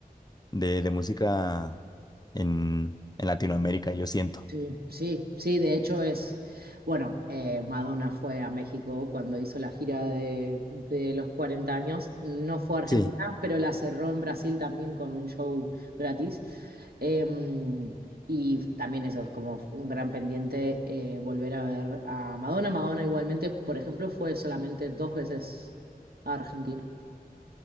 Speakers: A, on the left; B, on the right.
A: de, de música en, en Latinoamérica, yo siento.
B: Sí, sí, sí, de hecho es, bueno, eh, Madonna fue a México cuando hizo la gira de, de los 40 años, no fue a Argentina,
A: Sí.
B: pero la cerró en Brasil también con un show gratis. Em, y también eso es como un gran pendiente eh, volver a ver a Madonna. Madonna igualmente, por ejemplo, fue solamente dos veces a Argentina.